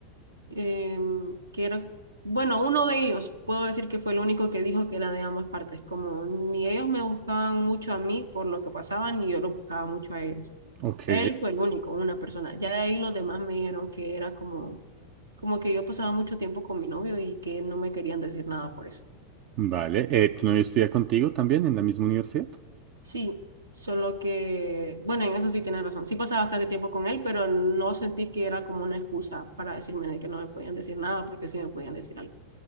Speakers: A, on the right; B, on the right.
A: em, que era, bueno, uno de ellos, puedo decir que fue el único que dijo que era de ambas partes, como ni ellos me buscaban mucho a mí por lo que pasaban, ni yo lo buscaba mucho a ellos.
B: Ok.
A: Él fue el único, una persona. Ya de ahí los demás me dijeron que era como Como que yo pasaba mucho tiempo con mi novio y que no me querían decir nada por eso.
B: Vale, eh, ¿tu novio estudia contigo también en la misma universidad?
A: Sí, solo que, bueno, en eso sí tienes razón. Sí pasaba bastante tiempo con él, pero no sentí que era como una excusa para decirme de que no me podían decir nada porque sí me podían decir algo.